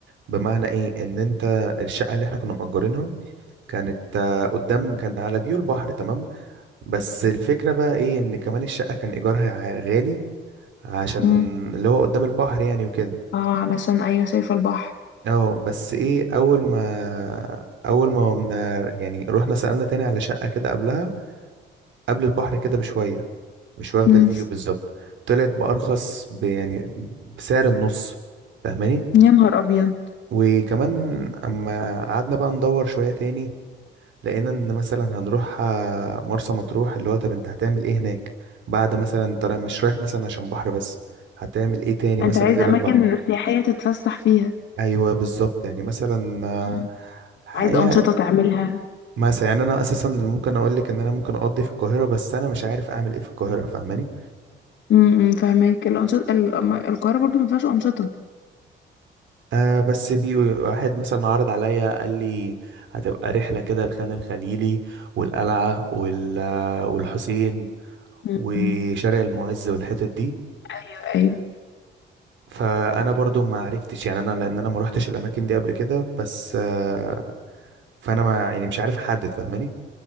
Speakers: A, on the right; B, on the left.
A: بمعنى ايه ان انت الشقه اللي احنا كنا مأجرينها كانت آه، قدام كان على فيو البحر تمام بس الفكرة بقى ايه ان كمان الشقة كان ايجارها ع- غالي عشان
B: امم
A: اللي هو قدام البحر يعني وكده
B: اه علشان ايوه شايفة البحر
A: اه بس ايه اول ما اول ما قمنا يعني رحنا سألنا تاني على شقة كده قبلها قبل البحر كده بشوية مش واخدة
B: امم
A: الفيو بالظبط طلعت بأرخص ب- يعني بسعر النص فاهماني
B: يا نهار أبيض
A: وكمان اما قعدنا بقى ندور شوية تاني لقينا ان مثلا هنروح آه، مرسى مطروح اللي هو طب انت هتعمل ايه هناك بعد مثلا انت را- مش رايح مثلا عشان بحر بس هتعمل ايه تاني
B: أنت
A: مثلا
B: عايز
A: غير
B: أماكن
A: البحر
B: سياحية تتفسح فيها
A: ايوه بالظبط يعني مثلا آه،
B: مم.
A: ح-
B: عايز
A: يعني
B: أنشطة تعملها
A: مثلا يعني انا اساسا ممكن اقول لك ان انا ممكن اقضي في القاهره بس انا مش عارف اعمل ايه في القاهره فاهماني
B: امم فاهمك الأنشطة ال- أما القاهرة برضو ما فيهاش أنشطة
A: آه بس في واحد مثلا عرض عليا قال لي هتبقى رحله كده الخان الخليلي والقلعه وال- آه، والحسين
B: مم.
A: وشارع المعز والحتت دي
B: ايوه ايوه
A: فانا برضو ما عرفتش يعني انا لان انا ما روحتش الاماكن دي قبل كده بس آه، فانا ما يعني مش عارف احدد فاهماني